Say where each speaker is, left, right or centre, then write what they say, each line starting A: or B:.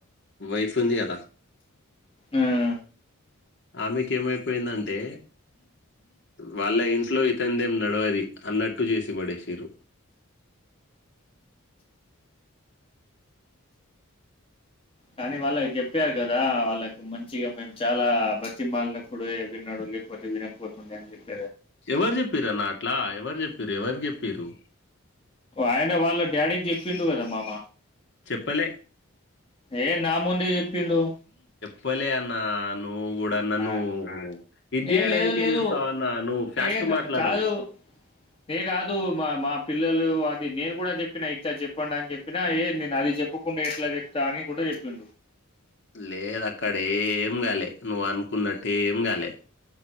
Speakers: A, on the left (about 55°); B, on the left (about 25°).
A: వైఫ్ ఉంది కదా
B: ఆ
A: ఆమెకి ఏమైపోయిందంటే వాళ్ళ ఇంట్లో ఇతందేం నడవది అన్నట్టు చేసి పడేసిరు
B: కానీ వాళ్ళు చెప్పారు కదా వాళ్ళకి మంచిగా మేము చాలా బతిమాలినప్పుడ విన్నాడు లే ఒకటి ఎకుతుంది అని చెప్ప
A: ఎవరు చెప్పిందరన్న అట్లా ఎవరు చెప్పిరు ఎవరి కి చెప్పిండ్రు
B: ఆయన వాళ్ళ డాడీని చెప్పిండు కదా మమ
A: చెప్పలే
B: ఏ నా ముందే చెప్పిండు
A: పలే అన్న ను నువు కూడా నన్ను
B: ఆ!
A: ఇది చేయడానికే
B: ఏ లేదు లేదు.
A: చూస్తావు అన్నా నువ్వు ఫ్యాక్ట్
B: ఏ కా
A: మాట్లాడవు
B: కాదు. ఏ కాదు మా మా పిల్లలు అది నేను కూడా చెప్పిన ఇట్లా చెప్పండి అని చెప్పినా ఏ నేను అది చెప్పకుండా ఎట్లా చెప్తా అని కూడా చెప్పి్
A: లేదు అక్కడ ఏం గాలే నువ్వు అనుకున్నట్ే ఏం గాలే